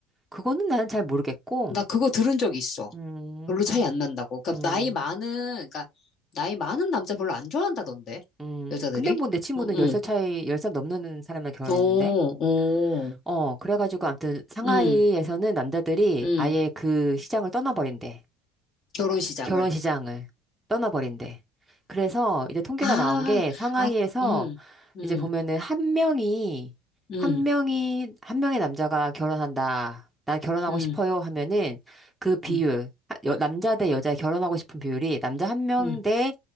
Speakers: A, in the centre; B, on the left.
A: 그거는 나는 잘 모르겠고
B: 나 그거 들은 적 있어
A: 음
B: 별로 차이 안 난다고 그러니까
A: 음,
B: 나이 많은 그러니까 나이 많은 남자 별로 안 좋아한다던데
A: 음.
B: 여자들이
A: 근데 뭐 내 친구는
B: 응, 응.
A: 열 살 차이 열 살 넘는 사람이랑 결혼했는데
B: 오, 오,
A: 어 그래가지고 아무튼 상하이에서는
B: 응,
A: 남자들이
B: 응.
A: 아예 그 시장을 떠나버린대
B: 결혼 시장을
A: 결혼 시장을 떠나버린대. 그래서 이제 통계가
B: 아,
A: 나온 게 상하이에서
B: 아, 아, 음, 음,
A: 이제 보면은 한 명이,
B: 음,
A: 한 명이, 한 명의 남자가 결혼한다. 나 결혼하고
B: 음,
A: 싶어요 하면은 그 비율,
B: 음,
A: 아, 여- 남자 대 여자 결혼하고 싶은 비율이 남자 한 명
B: 음.
A: 대,